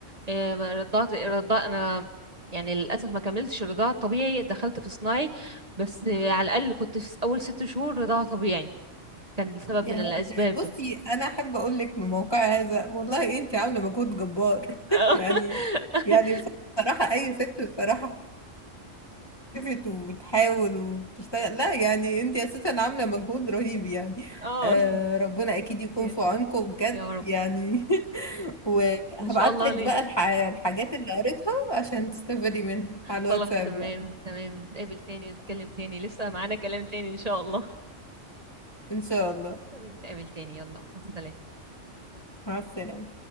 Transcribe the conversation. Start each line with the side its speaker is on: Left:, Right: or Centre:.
Right: آه، رضعت رضع انا يعني للاسف ما كملتش الرضاعة الطبيعي دخلت في صناعي بس آه، على الاقل كنت في اول ست شهور رضاعة طبيعي كان لسبب
Left: يا-
Right: من الاسباب
Left: ده- بصي انا احب اقول لك من موقع هذا والله انت عاملة مجهود جبار
Right: <laughs>
Left: <laughs> يعني يعني بصراحة اي ست بصراحة خلفت وبتحاول وبتشتغل لا يعني انت اساسا عاملة مجهود رهيب يعني
Right: اه
Left: أه ربنا اكيد يكون
Right: <laughs>
Left: في عونكم بجد
Right: يا رب
Left: يعني <laughs> وهبعت
Right: ان شاء الله
Left: لك
Right: لين
Left: بقى الح... الحاجات اللي قريتها عشان تستفادي منها على الواتساب
Right: خلاص تمام
Left: بقى
Right: تمام نتقابل تاني نتكلم تاني لسه معانا كلام تاني ان شاء الله
Left: ان شاء الله
Right: <laughs> نتقابل تاني يلا مع السلامة
Left: مع السلامة